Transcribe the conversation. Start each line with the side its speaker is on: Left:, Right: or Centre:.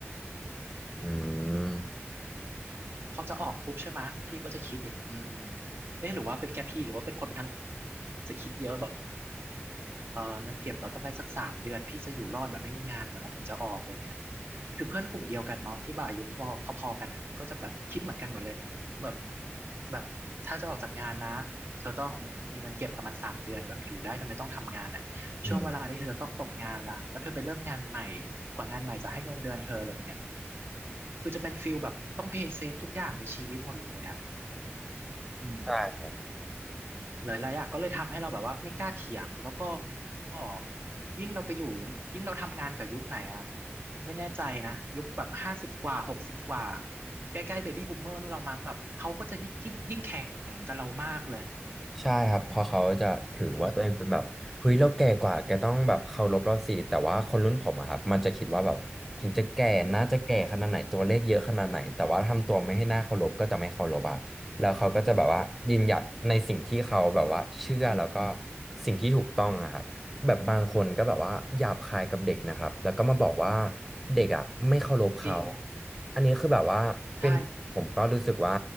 Centre: อืม
Right: อืมพอจะออกปุ๊บใช่ไหมะพี่ก็จะคิดอีกอืมเอ๊ะหรือว่าเป็นแค่พี่หรือว่าเป็นคนทั้งจะคิดเยอะแบบ เออเงินเก็บเราต้องได้สักสามเดือนพี่จะอยู่รอดแบบไม่มีงานก่อนนะถึงจะออกอะไรเงี้ยคือเพื่อนกลุ่มเดียวกันเนาะที่แบบอายุพอพอๆกันอ่ะก็จะแบบคิดเหมือนกันหมดเลยแบบแบบถ้าจะออกจากงานนะเธอต้องมีเงินเก็บประมาณสามเดือนแบบอยู่ได้โดยไม่ต้องทำงานอ่ะช่วงเวลาที่เธอจะต้องตกงานล่ะแล้วเธอไปเริ่มงานใหม่
Centre: อืม
Right: กว่างานใหม่จะให้เงินเดือนเธออะไรเงี้ยคือจะเป็นฟิลแบบต้องเพย์เซฟทุกอย่างในชีวิตหมดเลยอ่ะอืม
Centre: ใช่
Right: หลายๆอย่างก็เลยทำให้เราแบบว่าไม่กล้าเถียงแล้วก็ก็ยิ่งเราไปอยู่ยิ่งเราทำงานกับยุคไหนอ่ะไม่แน่ใจนะยุคแบบห้าสิบกว่าหกสิบกว่าใกล้ๆเบบี้บูมเมอร์นู่นเรามั้งแบบเขาก็จะยิ่งยิ่งยิ่งแข่งกับเรามากเลย
Centre: ใช่ครับเพอเขาจะถือว่าตัวเองเป็นแบบเฮ้ยเราแก่กว่าแกต้องแบบเคารพเราสิแต่ว่าคนรุ่นผมอะครับมันจะคิดว่าแบบถึงจะแก่น่าจะแก่ขนาดไหนตัวเลขเยอะขนาดไหนแต่ว่าทำตัวไม่ให้น่าเคารพก็จะไม่เคารพอะแล้วเขาก็จะแบบว่ายืนหยัดในสิ่งที่เขาแบบว่าเชื่อแล้วก็
Right: อืม
Centre: สิ่งที่ถูกต้องอะครับแบบบางคนก็แบบว่าหยาบคายกับเด็กนะครับแล้วก็มาบอกว่าเด็กอ่ะไม่เคารพเขา
Right: จริง
Centre: อันนี้คือแบบว่าเป็นผมก็รู้สึกว่า
Right: ใช่